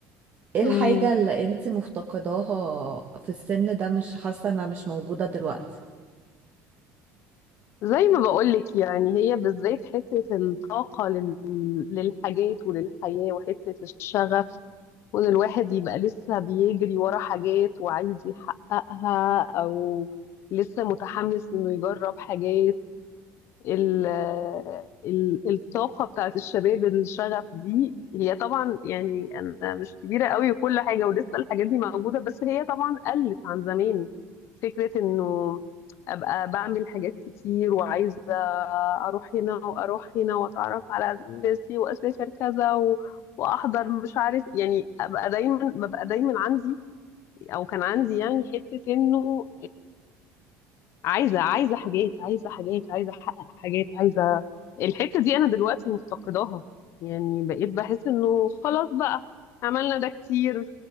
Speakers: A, on the right (about 30°); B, on the left (about 50°).
A: ايه
B: مم.
A: الحاجة اللي انت مفتقداها في السن ده مش حاسة انها مش موجودة دلوقتي
B: زي ما بقولك يعني هي بالذات حتة الطاقة لل... للحاجات وللحياة وحتة الشغف وإن الواحد يبقى لسه بيجري ورا حاجات وعايز يحققها أو لسه متحمس إنه يجرب حاجات ال ال الطاقة بتاعت الشباب الشغف دي هي طبعا يعني أنا مش كبيرة قوي وكل حاجة ولسه الحاجات دي موجودة بس هي طبعا قلت عن زمان فكرة إنه أبقى بعمل حاجات كتير وعايزة أروح هنا وأروح هنا وأتعرف على الناس دي وأسافر كذا و... وأحضر مش عارف يعني أبقى دايما ببقى دايما عندي أو كان عندي يعني حتة إنه عايزه عايزه حاجات عايزه حاجات عايزه احقق حاجات عايزه الحته دي انا دلوقتي مفتقداها يعني بقيت بحس انه خلاص بقى عملنا ده كتير